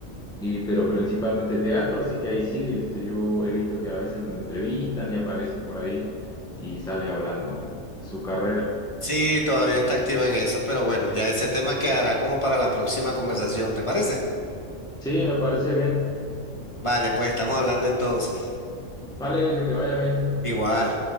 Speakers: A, in the centre; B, on the left.
A: y- pero principalmente teatro, así que ahí sigue. Este, yo he visto que a veces lo entrevistan y aparece por ahí y sale hablando su carrera.
B: Sí, todavía está activo en eso, pero bueno, ya ese tema quedará como para la próxima conversación, ¿te parece?
A: Sí, me parece bien.
B: Vale, pues estamos hablando entonces.
A: Vale, que te vaya bien.
B: Igual.